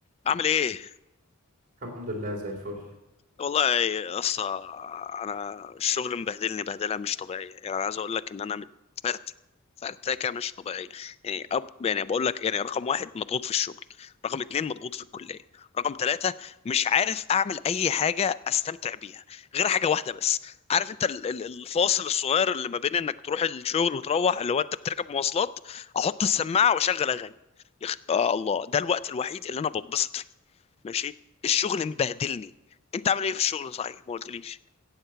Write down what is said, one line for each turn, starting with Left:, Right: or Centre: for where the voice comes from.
Left: عامل ايه
Right: الحمد لله زي الفل
Left: والله يا اسطى انا الشغل مبهدلني بهدله مش طبيعيه يعني انا عايز اقول لك ان انا متفرتك فرتكه مش طبيعيه يعني أب يعني بقول لك يعني رقم واحد مضغوط في الشغل رقم اتنين مضغوط في الكليه رقم ثلاثة مش عارف اعمل اي حاجه استمتع بيها غير حاجه واحده بس عارف انت ال- ال- الفاصل الصغير اللي ما بين انك تروح الشغل وتروح اللي هو انت بتركب مواصلات احط السماعه واشغل اغاني يخ... آه الله ده الوقت الوحيد اللي انا ببسط فيه ماشي الشغل مبهدلني انت عامل ايه في الشغل صحيح ما قلتليش